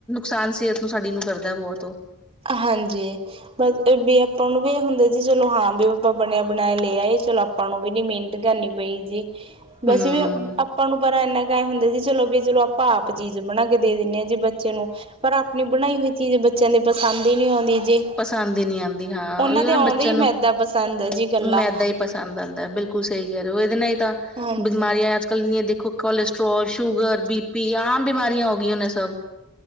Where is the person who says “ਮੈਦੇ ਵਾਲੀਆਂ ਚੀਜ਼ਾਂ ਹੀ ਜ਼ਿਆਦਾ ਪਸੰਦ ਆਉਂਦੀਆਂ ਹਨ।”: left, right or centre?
Centre